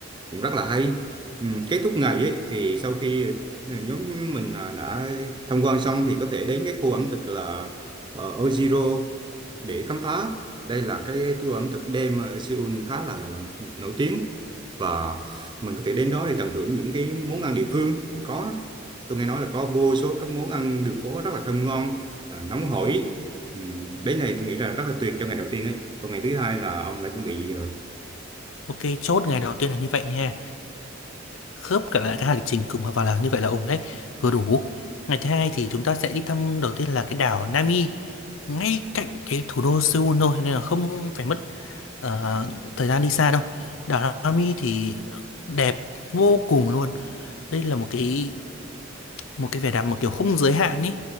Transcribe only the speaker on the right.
cũng rất là hay ừ, kết thúc ngày ấy, thì sau khi ừ, nhóm mình là đã tham quan xong thì có thể đến cái khu ẩm thực là ờ, Ojiro để khám phá đây là cái tour ẩm thực đêm ở Seoul khá là, là, là nổi tiếng và mình có thể đến đó để tận hưởng những cái món ăn địa phương thì có tôi nghe nói là có vô số các món ăn đường phố rất là thơm ngon à, nóng hổi ừ, đến này tôi nghĩ là rất là tuyệt cho ngày đầu tiên ấy còn ngày thứ hai là ông đã chuẩn bị gì rồi